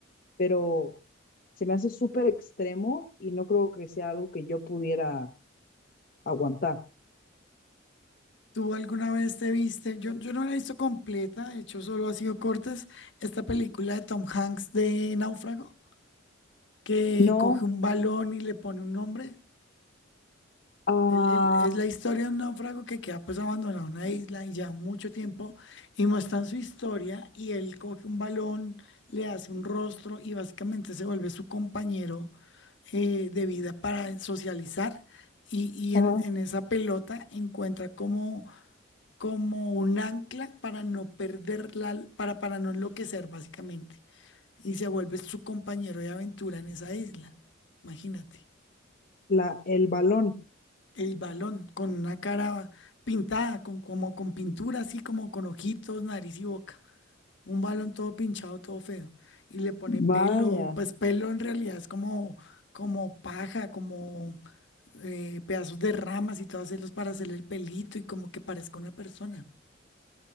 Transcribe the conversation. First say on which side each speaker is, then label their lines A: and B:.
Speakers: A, on the left (about 45°); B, on the left (about 60°).
A: pero se me hace súper extremo y no creo que sea algo que yo pudiera aguantar.
B: ¿Tú alguna vez te viste? Yo, yo no la he visto completa, de hecho solo ha sido cortes, esta película de Tom Hanks de Náufrago. que
A: No,
B: coge un balón y le pone un nombre.
A: ah,
B: El- el- es la historia de un náufrago que queda pues abandonado en una isla y ya mucho tiempo y muestran su historia y él coge un balón, le hace un rostro y básicamente se vuelve su compañero eh, de vida para socializar y, y
A: Ajá.
B: en, en esa pelota encuentra como, como un ancla para no perderla, para, para no enloquecer básicamente y se vuelve su compañero de aventura en esa isla. Imagínate.
A: la, el balón.
B: el balón con una cara pintada, con, como con pintura, así como con ojitos, nariz y boca. Un balón todo pinchado, todo feo. Y le pone pelo,
A: Vaya,
B: pues pelo en realidad es como, como paja, como eh, pedazos de ramas y todo hacerlos para hacerle el pelito y como que parezca una persona.